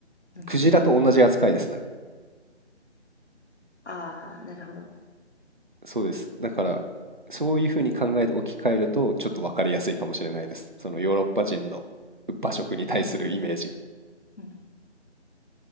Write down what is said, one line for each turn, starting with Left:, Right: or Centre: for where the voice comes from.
Left: うん、
Right: クジラと同じ扱いですね。
Left: ああ、なるほど。
Right: そうです。だから、そういうふうに考えて置き換えると、ちょっと分かりやすいかもしれないです。そのヨーロッパ人の馬食に対するイメージ。
Left: うん、